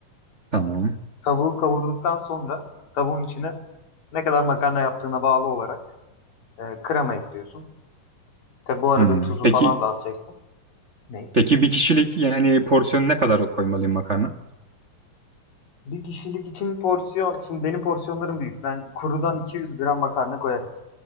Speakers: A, on the right (about 50°); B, on the left (about 85°).
A: tamam.
B: Tavuğu kavurduktan sonra tavuğun içine ne kadar makarna yaptığına bağlı olarak E, krema ekliyorsun. Tabi bu arada
A: Hmm,
B: tuzu
A: Peki
B: falan da atacaksın. Ne?
A: peki bir kişilik yani porsiyon ne kadar koymalıyım makarna?
B: Bir kişilik için porsiyon. Şimdi benim porsiyonlarım büyük. Ben kurudan 200 gram makarna koyarım.